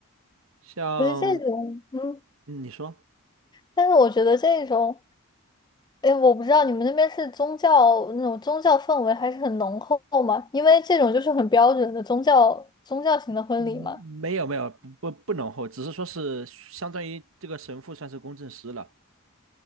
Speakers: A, on the right; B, on the left.
A: 像
B: 不是这种，嗯，
A: 嗯你说，
B: 但是我觉得这种，哎，我不知道你们那边是宗教那种宗教氛围还是很浓厚嘛？因为这种就是很标准的宗教宗教型的婚礼嘛。
A: 嗯，没有没有不不不浓厚，只是说是相当于这个神父算是公证师了，